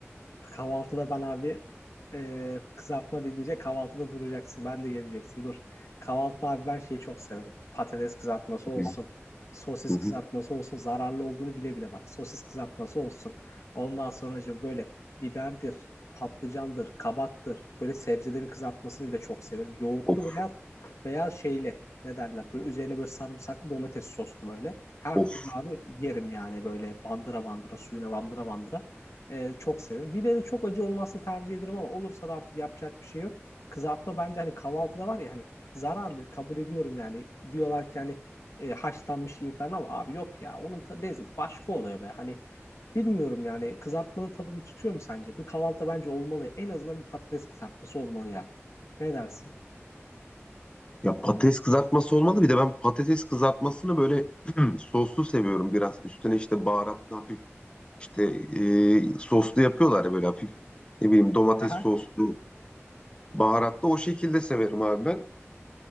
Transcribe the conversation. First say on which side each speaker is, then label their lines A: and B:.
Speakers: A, on the left (about 80°); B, on the left (about 20°).
A: Kahvaltıda ben abi e, kızartma deyince kahvaltıda duracaksın. Ben de geleceksin. Dur. Kahvaltı abi ben şeyi çok severim. Patates kızartması olsun.
B: yani,
A: Sosis
B: hı hı.
A: kızartması olsun. Zararlı olduğunu bile bile bak. Sosis kızartması olsun. Ondan sonracığım böyle biberdir, patlıcandır, kabaktır. Böyle sebzelerin kızartmasını bile çok severim. Yoğurtlu
B: Of
A: veya veya şeyli. Ne derler? Böyle üzerine böyle sarımsaklı domates soslu böyle. Her
B: of.
A: türlü abi yerim yani böyle bandıra bandıra, suyuna bandıra bandıra. Ee, çok severim. Biberi çok acı olması tercih ederim ama olursa da artık yapacak bir şey yok. Kızartma bence hani kahvaltıda var ya hani zararlı kabul ediyorum yani. Diyorlar ki hani e, haşlanmış yiyin falan ama abi yok ya onun ta- lezzeti başka oluyor be. Hani bilmiyorum yani kızartmanın tadını tutuyor mu sence? Bir kahvaltıda bence olmalı. En azından bir patates kızartması olmalı yani. Ne dersin?
B: Ya patates kızartması olmadı. Bir de ben patates kızartmasını böyle <clears throat> soslu seviyorum biraz. Üstüne işte baharatlı hafif işte e, soslu yapıyorlar ya böyle hafif ne bileyim domates
A: Aha.
B: soslu, baharatlı o şekilde severim abi ben.